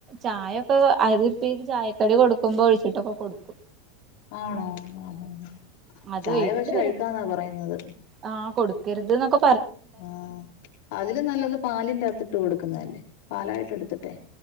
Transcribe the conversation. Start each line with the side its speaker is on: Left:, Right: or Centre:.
Right: ചായൊക്കെ അത് ഈ ചായക്കടി കൊടുമ്പോ ഒഴിച്ചിട്ടൊക്കെകൊടുക്കും
Left: ആണോ ആഹ്
Right: അത്
Left: ചായ
Right: വീട്ടില്
Left: പക്ഷെ
Right: വരെ
Left: അഴുക്കാന്നാ പറയുന്നത്
Right: ആ കൊടുക്കരുത് ന്നൊക്കെ
Left: ആ അതിലും നല്ലത് പാലിന്റകത്തിട്ട് കൊടുക്ക്. ക്കുന്നല്ലേ, പാലായിട്ട് എടുത്തിട്ടെ